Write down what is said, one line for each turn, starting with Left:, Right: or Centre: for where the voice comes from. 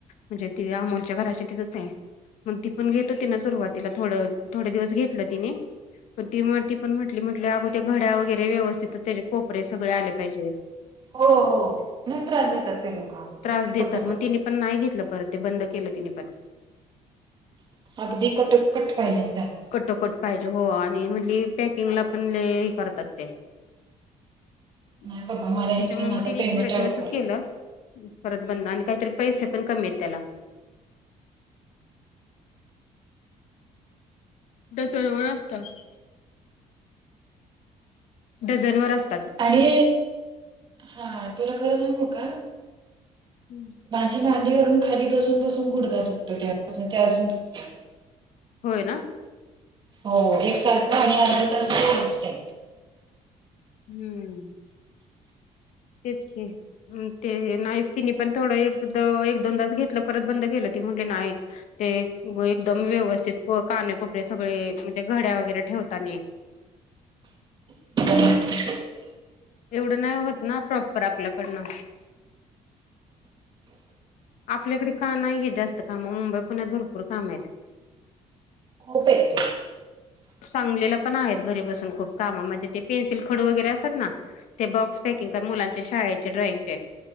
Left: म्हणजे ती अमोलच्या घराची तिथंच आहे. मग ती पण घेत होती ना सुरवात तिला थोडं थोडे दिवस घेतलं तिने, पण ती म ती पण म्हटली म्हटली अगो ते घड्या वगैरे व्यवस्थितच कोपरे सगळे आले पाहिजे.
Right: हो हो नेत्रेतात ते लोक
Left: त्रास देतात
Right: कटोकट,
Left: मग तिने पण नाही घेतलं. परत ते बंद केलं तिने पण.
Right: अगदी कटो कट पाहिजे ना त्यांना.
Left: कटोकट पाहिजे हो, आणि म्हणजली पॅकिंगला पणलय करतात ते, त्याच्या
Right: नाही बाबा मला इथ
Left: म
Right: माझा
Left: म तिने
Right: पेमेंट
Left: थोडे
Right: अडकवला
Left: दिवसच केलं. परत बंद आणि काहीतरी पैसे पण कमी आहेत त्याला. सरवर असतात. डझन वर असत.
Right: आणि हा तुला खरं सांगू का?
Left: हम्म.
Right: माझी मांडी घालून न खाली बसून बसून गुडघा दुकतो त्याून ते अजून दुकतो.
Left: होय ना!
Right: हो, एकसारखं आणि अर्धा तास ट
Left: हम्म तेच. म ते नाही तिने पण थोडं एक एक दोनदाास घेतलं परत बंद केलं ती म्हटली नाही. ते एकदम व्यवस्थित कानेकोपरे सगळे म्हणजे घड्या वगैरे ठेवतानी
Right: ह
Left: एवढं नाही होत ना प्रॉपर आपल्याकडनं आपल्याकडे का नाहीय जास्त काम मुंबई पुण्यात भरपूर काम आहेत.
Right: उपयक्
Left: सांगलीला पण आहेत. घरी बसून खूप कामामध्ये ते पेन्सिल खडू वगैरे असतात ना. ते बॉक्स पॅकिंग मुलांच्या शाळेचे ड्रॉइंगचे